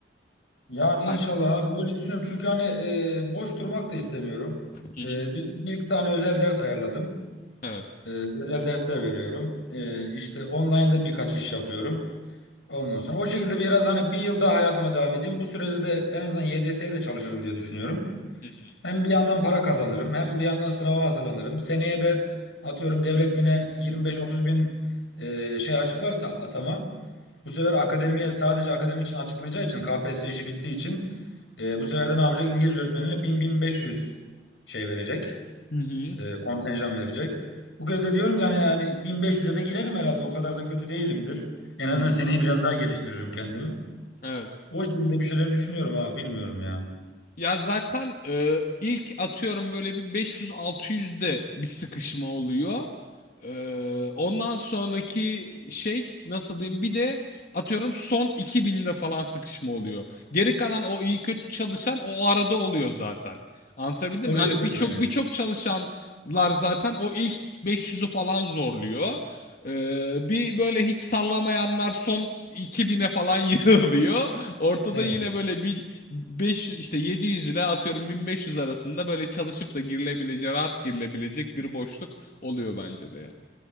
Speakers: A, on the left; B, on the left.
A: Yani inşallah
B: Hadi.
A: abi öyle düşünüyorum. Çünkü hani e, boş durmak da istemiyorum.
B: Hı hı.
A: E, bir, bir iki tane özel ders ayarladım.
B: Evet.
A: E, özel dersler veriyorum. E, işte online'da birkaç iş yapıyorum. Ondan sonra o şekilde biraz hani bir yıl daha hayatıma devam edeyim. Bu sürede de en azından YDS'ye de çalışırım diye düşünüyorum.
B: Hı hı.
A: Hem bir yandan para kazanırım hem bir yandan sınava hazırlanırım. Seneye de atıyorum devlet yine 25-30 bin e, şey açıklarsa atama. Bu sefer akademiye sadece akademi için açıklayacağı için KPSS işi bittiği için e, bu sefer de ne yapacak? İngilizce öğretmenine 1000-1500 şey verecek.
B: Hı hı.
A: E, kontenjan verecek. Bu kez de diyorum ki hani yani 1500'e de girerim herhalde. O kadar da kötü değilimdir. En azından
B: Hı hı.
A: seneyi biraz daha geliştiririm kendimi.
B: Evet.
A: O şekilde bir şeyler düşünüyorum abi bilmiyorum ya.
B: Ya zaten e, ilk atıyorum böyle bir 500-600'de bir sıkışma oluyor. E, ondan sonraki şey nasıl diyeyim bir de atıyorum son 2000'de falan sıkışma oluyor. Geri kalan o iyi kötü çalışan o arada oluyor zaten. Anlatabildim
A: Oluyor
B: mi? Yani
A: değil
B: birçok
A: mi? Aynen.
B: birçok çalışanlar zaten o ilk 500'ü falan zorluyor. E, bir böyle hiç sallamayanlar son 2000'e falan <laughs> yığılıyor. Ortada
A: Evet.
B: yine böyle 500 işte 700 ile atıyorum 1500 arasında böyle çalışıp da girilebileceği, rahat girilebilecek bir boşluk oluyor bence de yani.